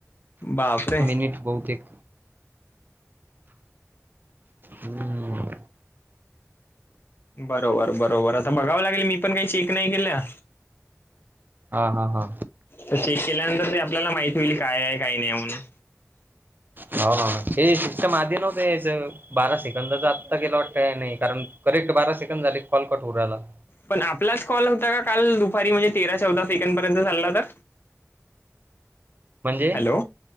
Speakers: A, on the left; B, on the right.
A: बापरे!
B: मीठ बहुते एक हम्म
A: बरोबर बरोबर आता बघावं लागेल मी पण काही चेक नाही केल्या.
B: हा हा हा
A: तर चेक केल्यानंतर ते आपल्याला माहिती होईल काय आहे काही नाही म्हणून
B: ह हे शिकस्टम आधी नव्हते बारा सेकंदाच आत्ता गेला वाटतं का नाही कारण करेक्ट बारा सेकंड झाले कॉल कट उरायला.
A: पण आपलाच कॉल होता काल दुपारी म्हणजे तेरा चौदा सेकंड पर्यंत चालला तर
B: म्हणजे
A: हॅलो